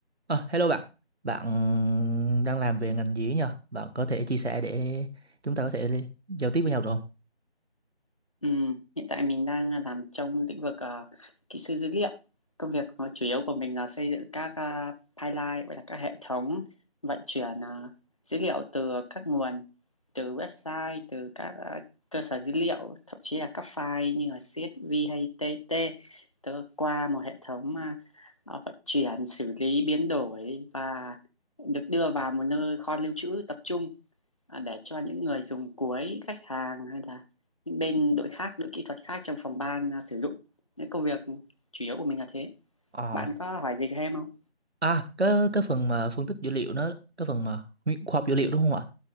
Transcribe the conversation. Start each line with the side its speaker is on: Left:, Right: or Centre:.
Right: Ờ, hello bạn, bạn đang làm về ngành gì ấy nhờ? Bạn có thể chia sẻ để chúng ta có thể li- giao tiếp với nhau được không?
Left: Ừ, hiện tại mình đang làm trong lĩnh vực ờ, kỹ sư dữ liệu. Công việc mà chủ yếu của mình là xây dựng các ờ, pipeline gọi là các hệ thống vận chuyển ờ, dữ liệu từ các nguồn, từ website, từ các ờ, cơ sở dữ liệu, thậm chí là các file như là CSV hay TT từ qua một hệ thống ờ, ờ, vận chuyển, xử lý, biến đổi và được đưa vào một nơi kho lưu trữ tập trung à, để cho những người dùng cuối, khách hàng hay là những bên đội khác đội kỹ thuật khác trong phòng ban à, sử dụng cái công việc chủ yếu của mình là thế
Right: Ờ,
Left: bạn có hỏi gì thêm không
Right: à, cái cái phần mà phân tích dữ liệu nó, cái phần mà nguyên- khoa học dữ liệu đúng không ạ?